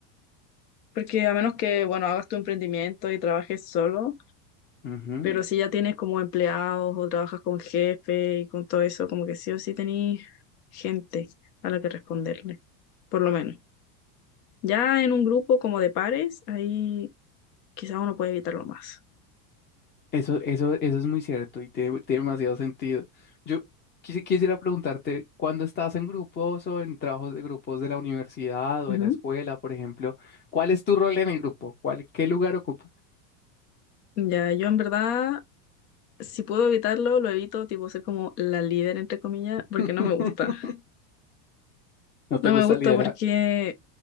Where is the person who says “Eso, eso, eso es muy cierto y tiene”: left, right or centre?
Left